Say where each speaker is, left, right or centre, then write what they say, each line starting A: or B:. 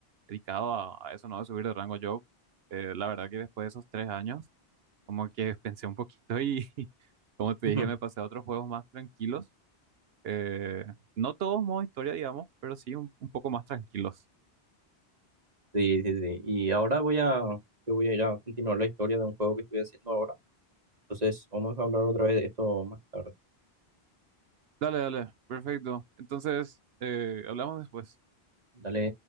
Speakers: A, on the right (about 70°); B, on the right (about 40°).
A: dedicado a, a eso, ¿no? De subir de rango. Yo, eh, la verdad que después de esos tres años, como que pensé un poquito y, <laughs> como te
B: <laughs>
A: dije, me pasé a otros juegos más tranquilos. Eh, no todos modo historia, digamos, pero sí un, un poco más tranquilos.
B: Sí, sí, sí. Y ahora voy a, yo voy a ir a continuar la historia de un juego que estoy haciendo ahora. Entonces, vamos a hablar otra vez de esto más tarde.
A: Dale, dale, perfecto. Entonces, eh, hablamos después.
B: Dale.